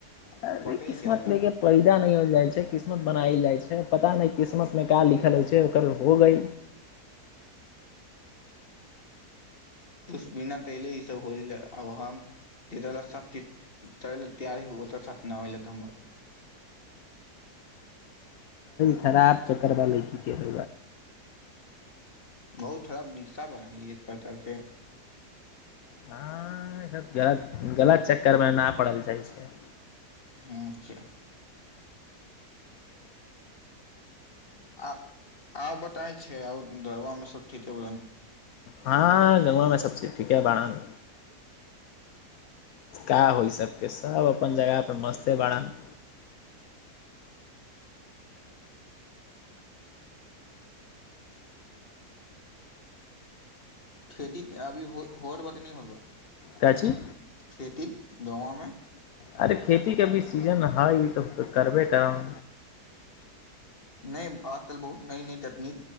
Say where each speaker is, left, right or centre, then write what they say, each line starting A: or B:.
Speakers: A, on the left; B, on the left.
A: अ
B: पते नहि
A: किसुत
B: चलेला
A: लेकके पहिदान नहि ह छै किस्मत बनायल जाइ छै पता नहि किस्मत मे का लिखल होइ छै ओकर हो ग
B: तुष्बण तहिल ईस होल आाम स चीज चलल त्य ओत छथ न होल त हमर
A: खराब चक्कर व लै की कह
B: बहुत खराब निशा बनाइ इ पर चलते
A: हँ ईसभ गलत गलत चक्करमे नहि पड़ल जाइ छै
B: अच्छा आ आ बत तय छै आब धरबा मे सब ठीके
A: हँ गंगआमें सबची ठीक ह बारान क होइ छै के सभ अपन जगहपर मस्ते बड़नि
B: खेती अभी होर बा त नहि होर बा
A: काची
B: खेती गाँवमे
A: अरे खेतीके भी सीजन हइ तऽ करबे करब
B: नहि आज तल बहुत न न तनी